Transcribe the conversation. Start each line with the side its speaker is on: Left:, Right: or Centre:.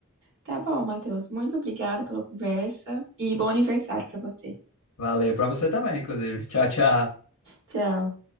Right: Tá bom, Matheus. Muito obrigada pela conversa e bom aniversário pra você.
Left: Valeu para você também, inclusive. <laughs> Tchau, tchau.
Right: Tchau.